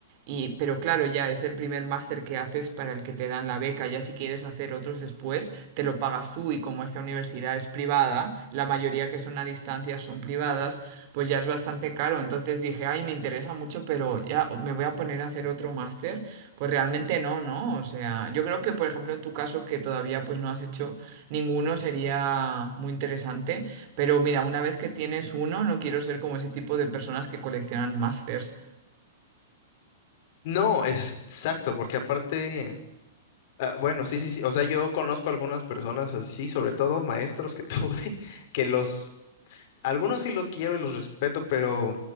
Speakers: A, on the right; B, on the left.
A: y, pero claro, ya es el primer máster que haces para el que te dan la beca. Ya si quieres hacer otros después, te lo pagas tú y como esta universidad es privada, la mayoría que son a distancia son privadas, pues ya es bastante caro. Entonces dije, ay, me interesa mucho, pero ya me voy a poner a hacer otro máster. Pues realmente no, ¿no? O sea, yo creo que, por ejemplo, en tu caso, que todavía pues no has hecho ninguno, sería muy interesante. Pero mira, una vez que tienes uno, no quiero ser como ese tipo de personas que coleccionan masters.
B: No, es exacto, porque aparte, ah, bueno, sí, sí, sí, o sea, yo conozco algunas personas así, sobre todo maestros que tuve, <laughs> que los, algunos sí los quiero y los respeto, pero